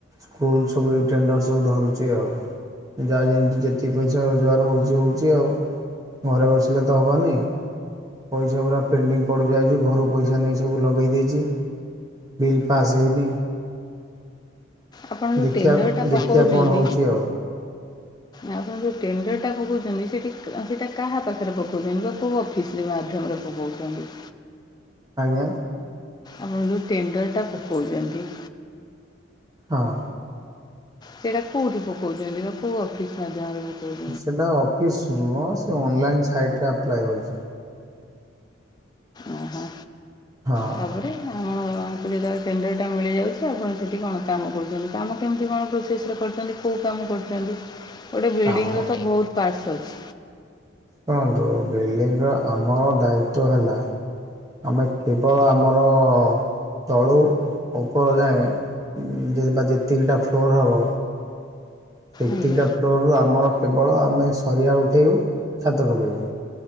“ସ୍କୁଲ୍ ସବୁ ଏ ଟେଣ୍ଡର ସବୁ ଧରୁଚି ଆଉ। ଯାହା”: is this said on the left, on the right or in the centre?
Right